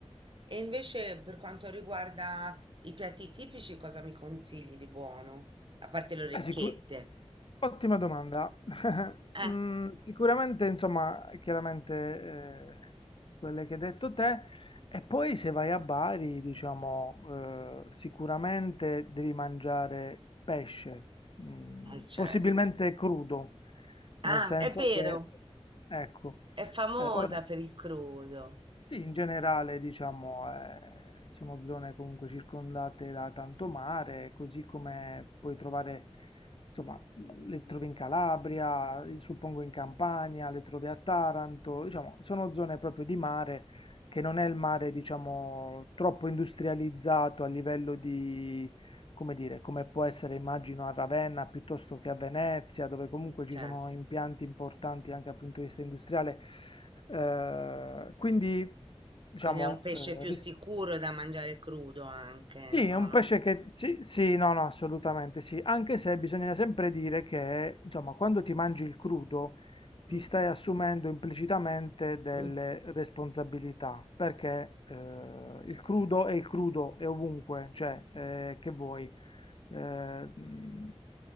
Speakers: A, on the right; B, on the left.
A: E invece per quanto riguarda i piatti tipici, cosa mi consigli di buono? A parte le orecchiette.
B: Beh, sicu ottima domanda. <laughs>
A: Eh,
B: Mhmm, sicuramente insomma, chiaramente, ehm, quelle che hai detto te e poi se vai a Bari diciamo, uhm, sicuramente devi mangiare pesce, mhmm,
A: eh, certo.
B: possibilmente crudo, nel
A: Ah,
B: senso
A: è vero,
B: che ecco,
A: è famosa
B: ehm, ora
A: per il crudo.
B: sì, in generale, diciamo, eh, sono zone comunque circondate da tanto mare, così come puoi trovare, insomma, le trovi in Calabria, eh, suppongo in Campania, le trovi a Taranto, diciamo, sono zone proprio di mare che non è il mare, diciamo, troppo industrializzato a livello di come dire, come può essere immagino a Ravenna piuttosto che a Venezia, dove comunque
A: Beh,
B: ci
A: Certo.
B: sono impianti importanti anche dal punto di vista industriale. Eh, quindi, diciamo,
A: Quindi è un pesce
B: eh,
A: più
B: ris-
A: sicuro da mangiare crudo anche, insomma,
B: sì, è un
A: non...
B: pesce che sì, sì, no, no, assolutamente sì, anche se bisogna sempre dire che, insomma, quando ti mangi il crudo ti
A: Mm?
B: stai assumendo implicitamente delle
A: Mm,
B: responsabilità, perché eh, il crudo è il crudo, è ovunque, cioè, eh, che vuoi eh, mh,